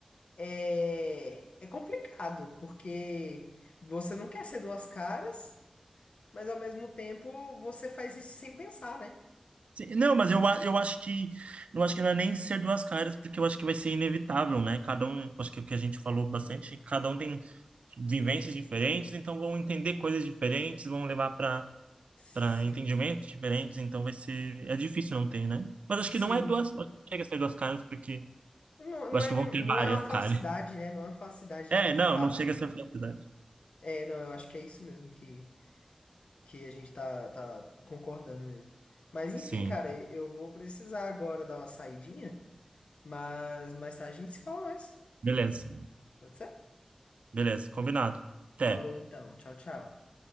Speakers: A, on the left; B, on the right.
A: é, é complicado, porque você não quer ser duas caras, mas ao mesmo tempo você faz isso sem pensar, né?
B: Sim, Não, mas eu, a- eu acho que não acho que não é nem ser duas caras, porque eu acho que vai ser inevitável, né? Cada um, acho que é o que a gente falou bastante, cada um tem vivências diferentes, então vão entender coisas diferentes, vão levar para
A: Sim.
B: para entendimentos diferentes, então vai ser é difícil não ter, né? Mas acho
A: Sim,
B: que não é duas, acho que não chega a ser duas caras, porque
A: Não, não
B: eu acho
A: é
B: que vão
A: de um-
B: ter
A: não
B: várias
A: é uma
B: caras.
A: falsidade, né? Não é uma falsidade
B: É,
A: de, de
B: não,
A: fato,
B: não chega
A: né?
B: a ser duas verdade.
A: É, não, eu acho que é isso mesmo que, que a gente tá, tá concordando mesmo. Mas enfim,
B: Sim,
A: cara, e- eu vou precisar agora dar uma saidinha, mas mais tarde a gente se fala mais.
B: beleza.
A: Pode ser?
B: Beleza, combinado. Até.
A: Falou então. Tchau, tchau.